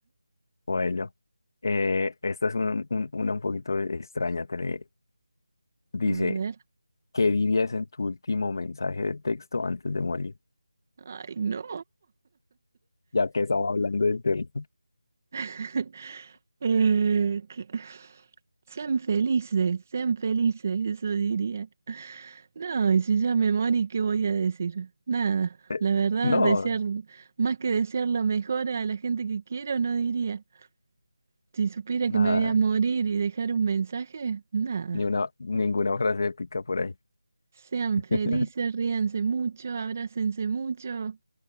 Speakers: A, on the left; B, on the right.
A: Bueno, eh, esta es un- un- una un poquito extraña. Te le- dice,
B: A ver,
A: ¿qué dirías en tu último mensaje de texto antes de morir?
B: ay, no.
A: Ya que estamos hablando del tema.
B: <laughs> Eh, que- Sean felices, sean felices, eso diría. No, y si ya me morí, ¿qué voy a decir? Nada, la
A: <laughs>
B: verdad,
A: No,
B: desear, más que desear lo mejor a la gente que quiero, no diría. Si supiera
A: nada,
B: que me voy a morir y dejar un mensaje, nada.
A: ni una, ninguna frase épica por ahí.
B: Sean felices,
A: <laughs>
B: ríanse mucho, abrácense mucho